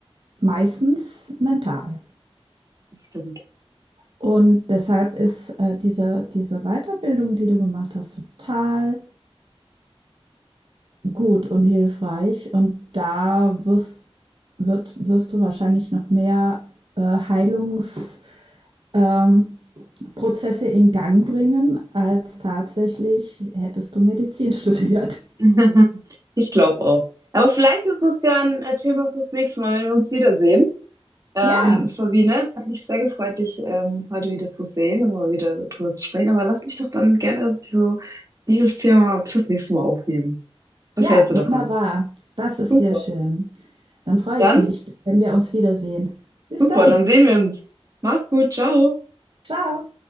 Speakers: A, on the right; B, on the right.
A: meistens mental.
B: Stimmt.
A: Und deshalb ist äh, diese, diese Weiterbildung, die du gemacht hast, total gut und hilfreich. Und da wirst, wird, wirst du wahrscheinlich noch mehr äh, Heilungsprozesse ähm, in Gang bringen, als tatsächlich hättest du Medizin <laughs> studiert.
B: <laughs> Ich glaube auch. Aber vielleicht ist das ja ein äh, Thema fürs nächste Mal, wenn wir uns wiedersehen. Ähm,
A: Ja,
B: Sabine, hat mich sehr gefreut, dich ähm, heute wieder zu sehen und mal wieder drüber zu sprechen. Aber lass mich doch dann gerne so dieses Thema fürs nächste Mal aufheben. Was
A: ja,
B: hältst du
A: wunderbar.
B: davon?
A: Das ist
B: Super.
A: sehr schön. Dann freue
B: Dann
A: ich mich, wenn wir uns wiedersehen. Bis
B: Super,
A: dann.
B: dann sehen wir uns. Mach's gut, ciao.
A: Ciao.